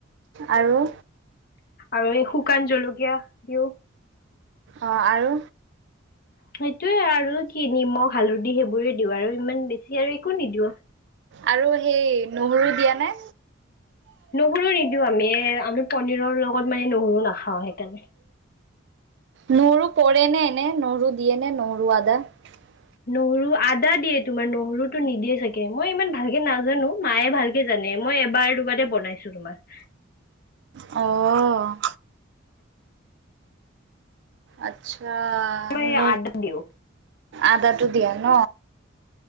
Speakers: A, on the right (about 60°); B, on the left (about 50°).
A: আৰু
B: আৰু এই শুকান জলকীয়া দিও।
A: অঁ আৰু
B: সেইটোৱে আৰু কি নিমখ হালধি সেইবোৰে দিওঁ আৰু ইমান বেছি আৰু একো নিদিওঁ।
A: আৰু সেই নহৰু দিয়া নে?
B: নহৰু নিদিও আমি আমি পনীৰৰ লগত মানে নহৰু নাখাওঁ সেইকাৰণে। <unintelligible>
A: নৰু পৰে নে এনে নহৰু দিয়ে নে নহৰু আদা? <unintelligible>
B: নহৰু আদা দিয়ে, তোমাৰ নহৰুতো নিদিয়ে চাগে মই ইমান ভালকে নাজানো মায়ে ভালকে জানে। মই এবাৰ দুবাৰে বনাইছো তোমাৰ।
A: অ'। আচ্ছা,
B: মই
A: ন
B: আদা দিওঁ
A: আদাটোটো। দিয়া ন?